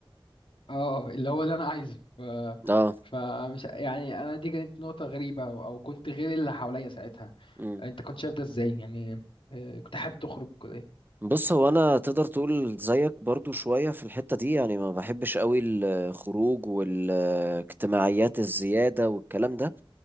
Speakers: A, on the left; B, on the right.
A: اه اللي هو اللي انا عايزه ف
B: اه
A: فمش يعني انا دي كانت نقطه غريبه او أو كنت غير اللي حواليا ساعتها
B: امم
A: انت كنت شايف ده ازاي يعني آه، كنت حابب تخرج ولا ايه
B: بص هو انا تقدر تقول زيك برضو شوية في الحتة دي يعني ما بحبش قوي الخروج والاجتماعيات الزيادة والكلام ده